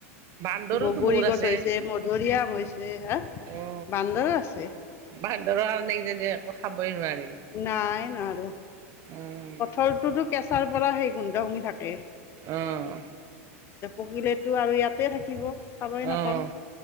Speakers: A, on the right; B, on the left.
A: বান্দৰোতো
B: বগৰী
A: বহুত
B: গছ
A: আছে
B: হৈছে মধুৰিআম হৈছে। ছে হা
A: অ
B: বান্দৰ আছে
A: বান্দৰৰ কাৰনে কিজানি একো খাবই নোৱাৰি।
B: নাই। নোবাৰু।
A: উম,
B: কঠলটোতো কেঁচাৰ পৰা সেই গোন্ধ শুঙি থাকে। এতিয়া
A: অ',
B: পকিলেতো আৰু ইয়াতে থাকিব, খাবই নাপাম।
A: অ',